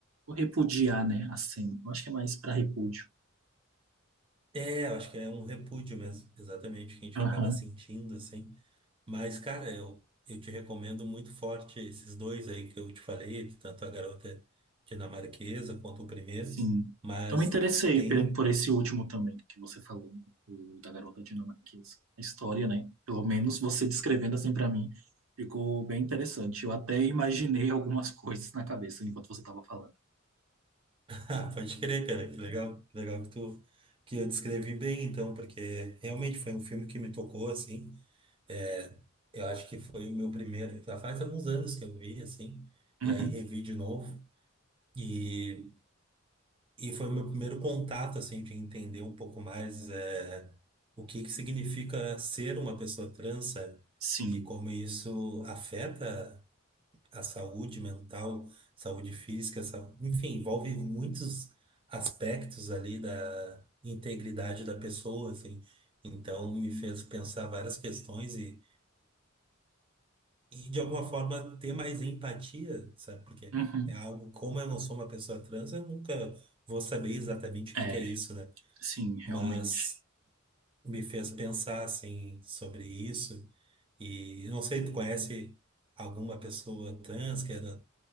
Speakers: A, on the right; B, on the right.
A: Ou repudiar, né, a cena. Eu acho que é mais para repúdio.
B: É, eu acho que é um repúdio mesmo, exatamente, que a gente
A: Aham.
B: acaba sentindo, assim. Mas, cara, eu, eu te recomendo muito forte esses dois aí que eu te falei, tanto a garota dinamarquesa quanto o primeiro.
A: Sim.
B: Mas
A: Eu me interessei
B: tem
A: pe-
B: um.
A: por esse último também que você falou, né? o da garota dinamarquesa. A história, né? Pelo menos você descrevendo assim para mim, ficou bem interessante. Eu até imaginei algumas <laughs> coisas na cabeça enquanto você estava falando.
B: <laughs> Ah, Pode crer, cara, que legal. que Legal que tu que eu descrevi bem, então, porque realmente foi um filme que me tocou, assim. É, eu acho que foi o meu primeiro. Já faz alguns anos que eu vi, assim, e
A: Uhum.
B: aí revi de novo. E. E foi o meu primeiro contato, assim, de entender um pouco mais é, o que que significa ser uma pessoa trans, sabe?
A: Sim.
B: E como isso afeta a saúde mental, saúde física, sa- enfim, envolve muitos aspectos ali da integridade da pessoa, assim. Então, me fez pensar várias questões e, e de alguma forma ter mais empatia, sabe? Porque
A: Uhum.
B: é algo, como eu não sou uma pessoa trans, eu nunca vou saber exatamente o que que
A: É,
B: é isso, né?
A: sim, realmente.
B: Mas me fez pensar assim sobre isso. E não sei, tu conhece alguma pessoa trans que é do